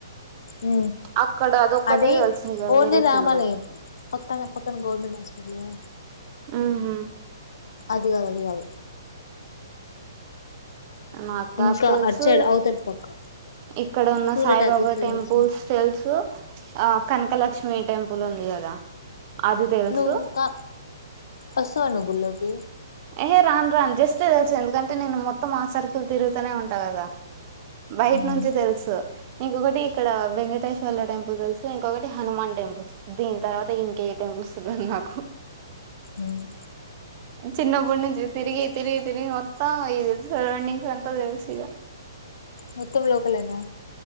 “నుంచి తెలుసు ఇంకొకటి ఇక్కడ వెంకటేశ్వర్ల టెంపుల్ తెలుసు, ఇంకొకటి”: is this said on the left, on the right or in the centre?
Right